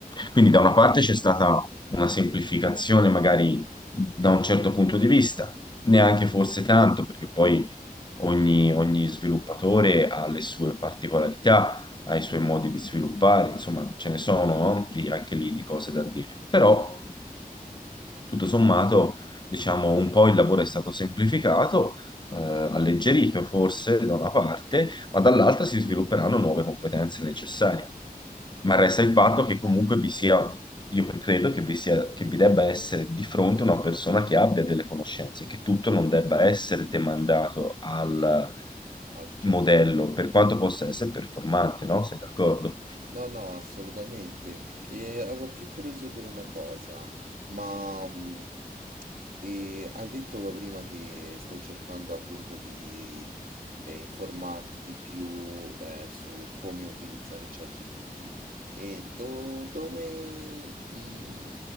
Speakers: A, on the left; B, on the right.
A: Quindi da una parte c'è stata una semplificazione magari da un certo punto di vista, neanche forse tanto, perché poi ogni, ogni sviluppatore ha le sue particolarità, ha i suoi modi di sviluppare, insomma ce ne sono no? Di- anche lì di cose da dire. Però tutto sommato, diciamo, un po' il lavoro è stato semplificato eh, alleggerito forse da una parte, ma dall'altra si svilupperanno nuove competenze necessarie. Ma
B: ma
A: resta il fatto che comunque vi sia, io credo che vi sia, che vi debba essere di fronte una persona che abbia delle conoscenze, che tutto non debba essere demandato al
B: altra
A: modello,
B: gente.
A: per quanto possa essere performante, no? Sei d'accordo?
B: No, no, assolutamente. E ero più curioso per una cosa, ma mm, e hai detto prima che stai cercando appunto di eh, informarti di più eh, su come utilizzare ChatGPT e do- dove, mm,